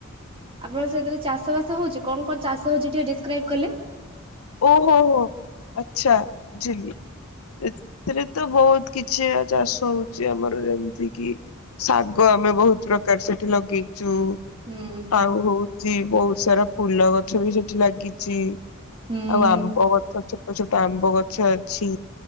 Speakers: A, on the right (about 25°); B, on the left (about 85°).
A: ଆପଣ ସେଥିରେ ଚାଷ ବାସ ହଉଛି କଣ କଣ ଚାଷ ହଉଛି ଟିକେ ଡିସକ୍ରାଇବ କଲେ।
B: ଓ ହୋ ହୋ ଆଛା ବୁଝିଲି। ଏଥିରେ ତ ବହୁତ କିଛି ଚାଷ ହଉଛି ଆମର ଯେମିତି କିି ଶାଗ ଆମେ ବହୁତ ପ୍ରକାର ସେଠି ଲଗେଇଚୁ।
A: ହୁଁ
B: ଆଉ ହଉଚି ବହୁତ ସାରା ଫୁଲ ଗଛ ବି ସେଠି ଲାଗିଚି।
A: ହୁଁ
B: ଆଉ ଆମ୍ବ ଗଛ ଛୋଟ ଛୋଟ ଆମ୍ବ ଗଛ ଅଛି।